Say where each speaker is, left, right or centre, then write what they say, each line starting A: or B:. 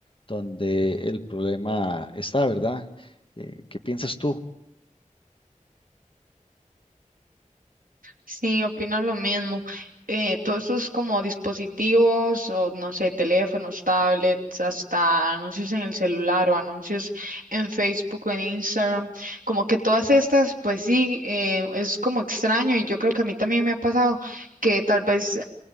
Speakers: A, on the left; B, on the right.
A: donde el problema está, ¿verdad? Eh, ¿qué piensas tú?
B: Sí, opino lo mismo. Eh, todos estos como dispositivos o no sé, teléfonos, tablets, hasta anuncios en el celular o anuncios en Facebook o en Instagram, como que todas estas, pues sí, eh, es como extraño y yo creo que a mí también me ha pasado que tal vez eh,